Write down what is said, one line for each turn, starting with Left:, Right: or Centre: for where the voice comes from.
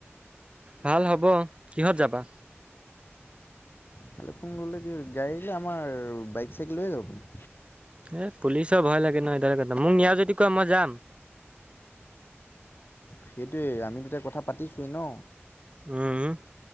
Right: ভাল হ'ব কিহত যাবা।
Left: ভালুকপুং গ'লে কি গাড়ী যে আমাৰ বাইক চাইক লৈহে যাব পাৰিম।
Right: এ পুলিচৰ ভয় লাগে ন সেইটো কথা মোক নিয়া যদি কোৱা মই যাম।
Left: সেইটোৱে আমিগিটা কথা পাতিছোৱোৱেই ন।
Right: উম